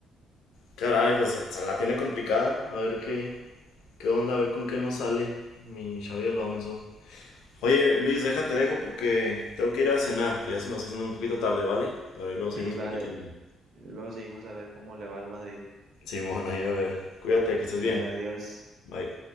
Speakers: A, on the left (about 85°); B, on the right (about 65°).
A: Caray, pues se la tiene complicada. A ver qué, qué onda, a ver con qué nos sale mi Xavi Alonso. Oye, Luis, déjate dejo porque tengo que ir a cenar, que ya se me está haciendo un poquito tarde, ¿vale? Pero ahí luego seguimos
B: sí, vale.
A: platicando.
B: Luego seguimos a ver cómo le va al Madrid.
A: Simón, ahí a ver. Cuídate, que estés bien.
B: Dale, adiós.
A: Bye.